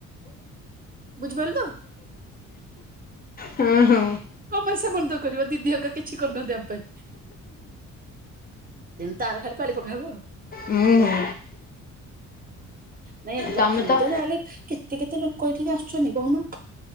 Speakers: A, on the right; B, on the left.
A: ବୁଝିପାରିଲ ତ।
B: ହୁଁ
A: କମାସା ବନ୍ଦ କରିବ ଦି ଦିଅଗା କିଛି କରିୁନାହାନ୍ତି ଆମ ପାଇଁ। ତାର ଖାଲି ପାଳି ପକାହବା ହଁ।
B: ହୁଁ
A: ନାଇଁ ଲକ୍ଷ୍ମୀ
B: ତମେ
A: ପୂଜା
B: ତ
A: ଯାହା ହେଲେ କେତେ। କେତେ କେତେ ଲୋକ ଏଇଠିକି ଆସୁଛନ୍ତି କହୁନ?